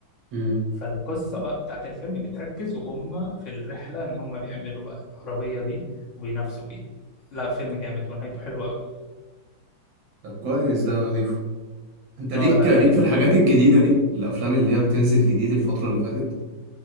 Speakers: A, on the right; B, on the left.
A: أمم.
B: فالقصة بقى بتاعت الفيلم بتركز وهم في الرحلة إن هم بيعملوا بقى العربية دي وبينافسوا بيها لا فيلم جامد ونهايته حلوة أوي
A: طب كويس ده اضيفه انت ليك
B: اه لا
A: ليك
B: لا يعني.
A: في الحاجات الجديدة دي الافلام اللي هي بتنزل جديد الفترة اللي فاتت